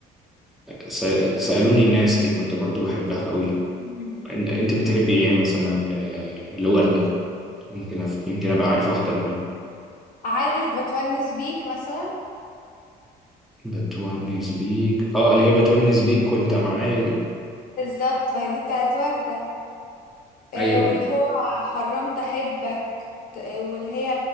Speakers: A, in the centre; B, on the left (about 55°).
A: س- سألوني الناس دي كنت برضو بحبها قوي
B: مم.
A: إن- أنت بتحبي إيه مثلا ل- لوردة ممكن أف- يمكن أبقى عارف واحدة منهم
B: عارف بتونس بيك مثلا
A: بتونس بيك آه اللي هي بتونس بيك وأنت معايا دي
B: بالظبط ما هي دي بتاعت وردة آه
A: ايوه
B: واللي هو حرمت احبك ت- آه، واللي هي